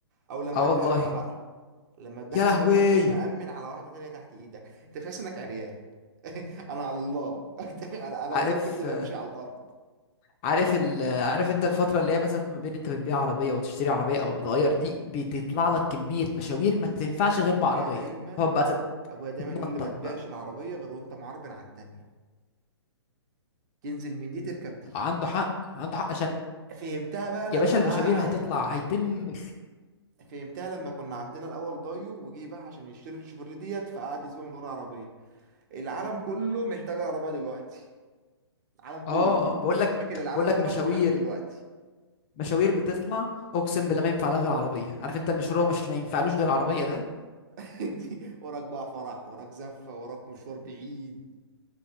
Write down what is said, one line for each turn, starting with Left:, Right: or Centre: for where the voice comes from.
Right: او لما
Left: اه
Right: تبيعها
Left: والله
Right: بقى لما تبيعها
Left: يا
Right: من
Left: لهوي
Right: غير ما تكون مأمن على واحدة تانية تحت ايدك انت تحس انك عريان <laughs> انا على الله <laughs> انا انا
Left: عارف
Right: ازاي كنت بمشي على الارض
Left: عارف ال عارف انت الفترة اللي هي مثلا ما بين انت بتبيع عربية وتشتري عربية او بتغير دي بتطلع لك كمية مشاوير ما تنفعش
Right: ابويا
Left: غير بعربية
Right: دايما
Left: تقعد بقى تت-
Right: ابويا دايما
Left: تتنطط
Right: يقول لي ما تبيعش
Left: بقى
Right: العربية غير وانت معربن على التانية تنزل من دي تركب دي
Left: عنده حق عنده حق عشان
Right: فهمتها بقى لما
Left: يا باشا
Right: باع
Left: المشاوير هتطلع هيتم
Right: فهمتها لما كنا عندنا الاول دايو وجي باع عشان يشتري الشيفروليه ديت فقعد اسبوع من غير عربية العالم كله محتاج عربية دلوقتي العالم كله
Left: اه اه بقول لك
Right: مشاكل العالم
Left: بقول لك
Right: كله
Left: مشاوير
Right: هتتحل دلوقتي
Left: مشاوير بتطلع اقسم بالله ما ينفع لها غير عربية عارف انت المشوار هو مش ما ينفعلوش غير عربية ده
Right: <laughs> وراك بقى فرح وراك زفة وراك مشوار بعيد